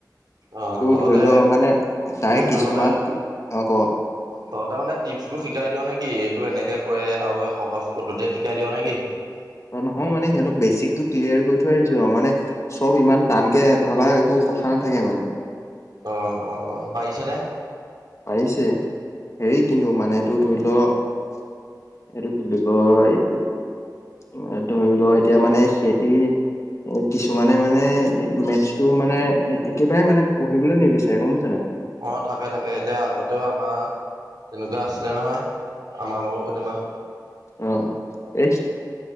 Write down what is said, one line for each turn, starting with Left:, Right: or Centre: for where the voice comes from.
Right: আহ,
Left: তোৰ
Right: তহঁতে,
Left: ধৰি লও মানে তাৰে কিছুমান
Right: তহঁতে
Left: অ ক
Right: তহঁতে মানে টিপছবোৰ শিকাই দিয় নেকি? এইটো এনেকে কৰে আৰু সহজ পদ্ধতিয়ে শিকাই দিয় নেকি?
Left: নহয় মানে সিহঁত বেচিকটো ক্লিয়াৰ কৰি থৈ আহিছো আৰু মানে চব ইমান টানকে ভাবা একো কথা নাথাকে মানে
Right: অ অ অ পাইছে নে।
Left: পাৰিছে হেৰি কিন্তু মানেটো ধৰি লও। সেটোক কি বোলি কয়। ধৰি লও এতিয়া মানে সেতি। এ কিছুমানে মানে মেথছটো মানে একেবাৰে মানে পঢ়িবলৈ নিবিচাৰে গম পাইছ নাই।
Right: অ থাকে থাকে এতিয়া আগতেও আমাৰ। তেনেকুৱা আছিলে নহয় আমাক।
Left: অ এ